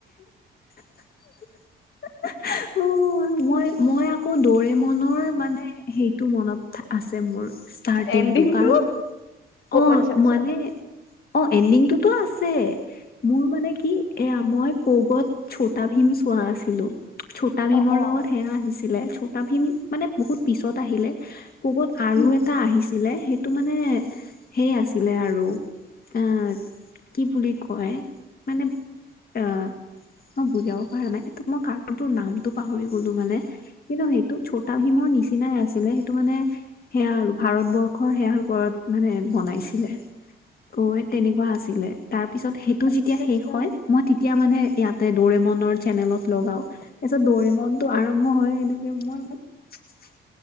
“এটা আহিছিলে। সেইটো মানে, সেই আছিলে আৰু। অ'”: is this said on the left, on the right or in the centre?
Left